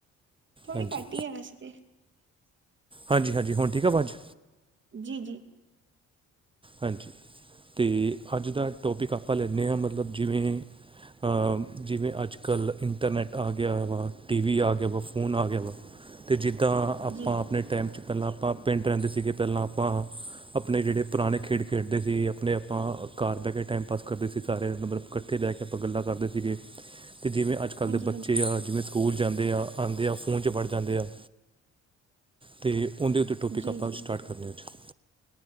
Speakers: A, on the right; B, on the right.
A: ਥੋੜ੍ਹੀ
B: ਹਾਂਜੀ
A: ਘੱਟ ਹੀ ਹੈ ਵੈਸੇ ਤੇ।
B: ਹਾਂਜੀ ਹਾਂਜੀ ਹੁਣ ਠੀਕ ਆ ਅਵਾਜ਼?
A: ਜੀ ਜੀ।
B: ਹਾਂਜੀ ਤੇ ਅੱਜ ਦਾ ਟੋਪਿਕ ਆਪਾਂ ਲੈਂਦੇ ਹਾਂ ਮਤਲਬ ਜਿਵੇਂ ਆ ਜਿਵੇਂ ਅੱਜ ਕੱਲ੍ਹ ਇੰਟਰਨੈੱਟ ਆ ਗਿਆ ਵਾ ਟੀ ਵੀ ਆ ਗਿਆ ਵਾ ਫੋਨ ਆ ਗਿਆ ਵਾ। <unintelligible> ਤੇ ਜਿੱਦਾਂ ਆਪਾਂ
A: ਜੀ,
B: ਆਪਣੇ ਟਾਈਮ ਚ ਪਹਿਲਾਂ ਆਪਾਂ ਪਿੰਡ ਰਹਿੰਦੇ ਸੀਗੇ ਪਹਿਲਾਂ ਆਪਾਂ ਆਪਣੇ ਜਿਹੜੇ ਪੁਰਾਣੇ ਖੇਡ ਖੇਡਦੇ ਸੀ ਆਪਣੇ ਆਪਾਂ ਘਰ ਬਹਿ ਕੇ ਟਾਈਮ ਪਾਸ ਕਰਦੇ ਸੀ ਸਾਰੇ ਮਤਲਬ ਕ <unintelligible> ਬਹਿ ਕੇ ਆਪਾਂ ਗੱਲਾਂ ਕਰਦੇ ਸੀਗੇ ਤੇ ਜਿਵੇਂ ਅੱਜ ਅੱਜ ਕੱਲ੍ਹ
A: ਹਾਂਜੀ,
B: ਦੇ ਬੱਚੇ
A: ਹਾਂਜੀ।
B: ਆ ਜਿਵੇਂ ਸਕੂਲ ਜਾਂਦੇ ਆ ਆਉਂਦੇ ਆ ਫੋਨ ਚ ਫੜ ਜਾਂਦੇ ਆ। ਤੇ ਉਹੰਦੇ ਉੱਦੇ ਤੋ ਟੋਪਿਕ
A: ਜੀ,
B: ਆਪਾਂ
A: ਜੀ,
B: ਸਟਾਰਟ
A: ਬਿਲਕੁਲ।
B: ਕਰਨੇ ਹਾਂ‌।